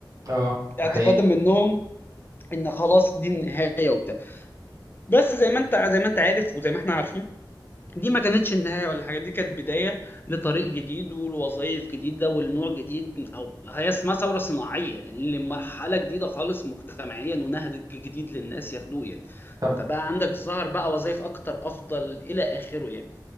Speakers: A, on the right; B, on the left.
A: اه
B: اعتقادا
A: ده حقيقي
B: منهم ان خلاص دي النهاية وبتاع بس زي ما انت زي ما انت عارف وزي ما احنا عارفين دي ما كانتش النهاية ولا حاجة دي كانت بداية لطريق جديد ولوظائف جديدة ولنوع جديد او هي اسمها ثورة صناعية يعني لمرحلة جديدة خالص مجتمعيا ونهج جديد للناس ياخدوه يعني
A: طب
B: فبقى عندك ظهر بقى وظائف اكتر افضل الى اخره يعني